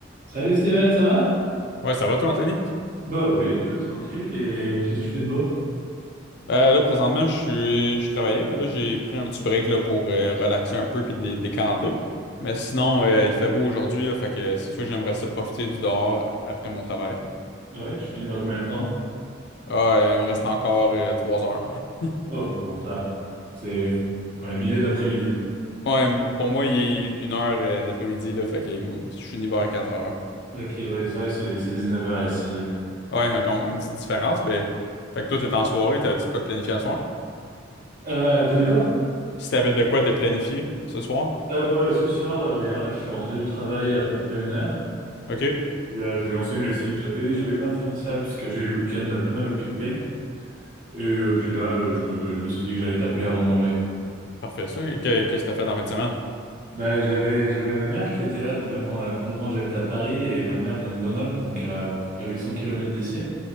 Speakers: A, on the right (about 45°); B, on the left (about 60°).
A: Salut Steven, ça va?
B: Ouais, ça va toi, Anthony?
A: Bah oui, écoute, tranquille, qu'est- qu'est-ce que tu fais de beau?
B: Euh, là, présentement, je suis, je travaillais, mais là, j'ai pris un petit break là, pour euh, relaxer un peu puis dé- décanter. Mais sinon, euh, il fait beau aujourd'hui, là, fait que c'est sûr que j'aimerais ça profiter du dehors après mon travail.
A: Ouais, tu finis dans combien de temps?
B: Ah, euh, il me reste encore euh, trois heures. <laughs>
A: Oh, bon, ça, va. c'est ouais, milieu d'après-midi.
B: Ouais, pour moi, il est une heure euh, d'après-midi, là, fait que euh, je finis vers quatre heures.
A: Ok, ouais, c'est vrai, c'est c'est 19h ici. ouais.
B: Ouais, un- comme une petite différence, mais... Fait que toi, t'es en soirée, t'as-tu de quoi de planifier ce soir?
A: Euh, t'as dit quoi?
B: Si t'avais de quoi de planifier ce soir?
A: Euh, bah, ce soir, euh, rien, là, je suis rentré du travail il y a à peu près une heure.
B: OK,
A: Et, euh, j'ai lancé une lessive, j'avais j'avais plein de fringues sales parce que j'ai eu le week-end pas mal occupé. Et euh, puis là, euh, je me, je me suis dit que j'allais t'appeler avant de manger.
B: parfait, ça. Que- Qu'est-ce que t'as fait dans la fin de semaine?
A: Bah, j'avais, j'avais ma mère qui était là, donc là pendant la- pendant longtemps j'habite à Paris et ma mère vient de Grenoble, donc à, peu près 800 kilomètres d'ici.